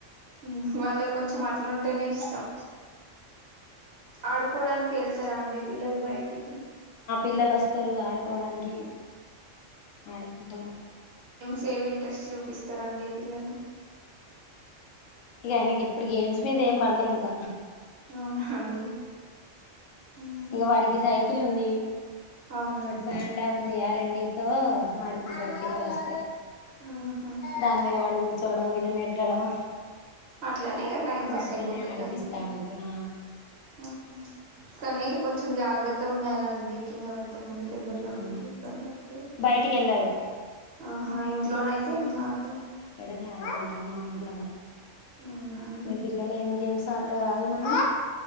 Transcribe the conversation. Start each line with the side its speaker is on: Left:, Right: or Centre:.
Right: ఉమ్ వాళ్ళక్ కొంచెం అట్లుంటేనే ఇష్టం ఆడుకోడానికి యెళ్తరా అండి పిల్లలు బయటికి
Left: పిల్లలొస్తరు ఆడుకోడానికి ఆడికుంటారా
Right: సేవ్ ఇంట్రెస్ట్ చూపిస్తరండి పిల్లలు
Left: ఇగ ఆయనకి ఇప్పుడు గేమ్స్ మీద ఏం పల్లే ఇంక
Right: <inaudible> అండి మ్మ్
Left: ఇగ వాడికి సై కిలుంది
Right: అవునా
Left: ఒకటి
Right: అండి
Left: ప్యాన్డా ఉంది ఆరెండిట్ తో ఆడుకుంటాడు పిల్లలు వస్
Right: ఆహా
Left: దాన్ మీద వడుగు చోడం వెళ్ళి నెట్టడం
Right: అట్లనే ఇగ టైం పాస్
Left: అట్లనే
Right: అయిపోతది
Left: ఆడిపిస్తా
Right: తనకి
Left: ఉంటా ఆ
Right: ఆ కాని కొంచెం జాగ్రత్తగుండాలండి కింద పడితే ముందు ఈ దెబ్బలు తగుల్తే
Left: అవును
Right: ఇబ్బందయితది
Left: బయటికి వెళ్ళారు
Right: ఆహా ఇంట్లోనయితే ఏం కాదులే
Left: నే ఆడుకుంటారు మా ఇంట్లోనే
Right: అవునా అండి
Left: మీ పిల్లలేం గేమ్స్ తాడుతారా ఏమన్న